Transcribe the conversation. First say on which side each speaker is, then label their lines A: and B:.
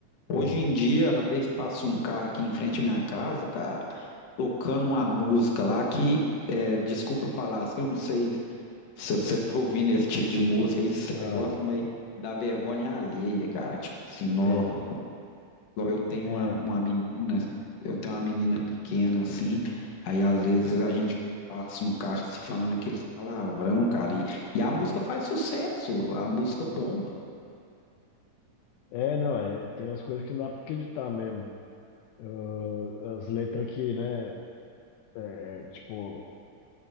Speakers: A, on the left; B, on the left.
A: Hoje
B: É,
A: em dia, às vezes passa um carro aqui em frente à minha casa, cara, tocando uma música lá que, é, desculpa falar, assim, eu não sei se você tá ouvindo esse tipo de música, isso
B: ah,
A: você gosta, mas dá vergonha alheia, cara. Tipo assim, nó,
B: é,
A: igual eu tenho
B: é.
A: uma, uma menina, eu tenho uma menina pequena assim, aí às vezes a gente passa um carro se falando aqueles palavrão, cara, e, e a música faz sucesso, a música bomba.
B: É, não, é, tem umas coisas que não dá pra acreditar mesmo. Ah, as letras que, né, é, é, tipo,